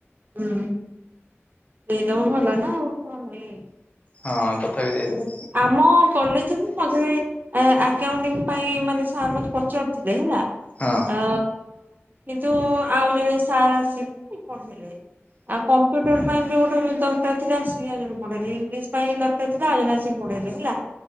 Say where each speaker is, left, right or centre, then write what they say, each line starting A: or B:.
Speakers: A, on the right; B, on the left.
A: ହୁଁ। ଦେଇ ଦବ ଭଲା ନା ଆଉ କଣ ନାଇ।
B: ହଁ ତଥାପି ଦେଇଦବୁ
A: ଆମ କଲେଜକୁ? ମତେ ଆକାଉନ୍ତିଂ ପାଇଁ ମାନେ ସାର୍ ମତେ ପଚାରୁଥିଲେ
B: ହଁ
A: ଓ। କିନ୍ତୁ ଆଉ ଜଣେ ସାର୍ ଆସିକି ପଢିଲେ। ଆଉ କମ୍ପ୍ୟୁଟର ପାଇଁ ବି ଗୋଟେ ଦରକାର ଥିଲା ଆସି ଆ ପଢେଇଲି ଇଂଲିଶ ପାଇଁ ଦରକାର ଥିଲା ଆ ଆସିକି ପଢେଇଲେ ହେଲା